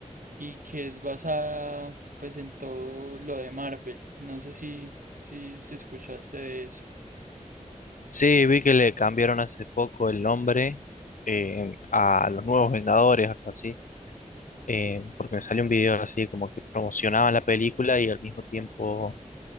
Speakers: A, on the right; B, on the left.
A: y que es basada pues en todo lo de Marvel. No sé si, si, si escuchaste de eso.
B: Sí, vi que le cambiaron hace poco el nombre em, a los nuevos Vengadores, algo así. eh, porque me salió un video así como que promocionaban la película y al mismo tiempo